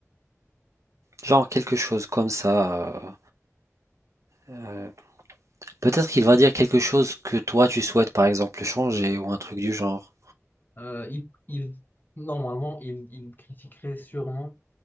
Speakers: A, on the right; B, on the left.
A: genre quelque chose comme ça. euh, euh, Peut-être qu'il va dire quelque chose que toi, tu souhaites, par exemple, changer ou un truc du genre.
B: Euh, il, il- normalement, il, il critiquerait sûrement